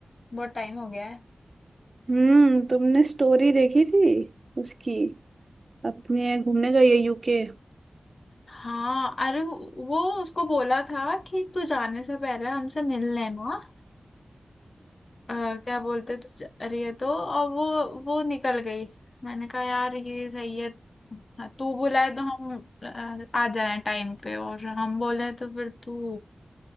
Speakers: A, on the left (about 55°); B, on the right (about 50°).
A: बहुत टाइम हो गया है
B: हम्म तुमने स्टोरी देखी थी उसकी अपने घूमने गई है यूके
A: हाँ अरे वो उसको बोला था कि तू जाने से पहले हमसे मिल लेना अ, क्या बोलते तू जा रही है तो और वो वो निकल गई मैंने कहा यार ये सही है हाँ, तू बुलाए तो हम अ, आ जाए टाइम पे और हम बोले तो फिर तू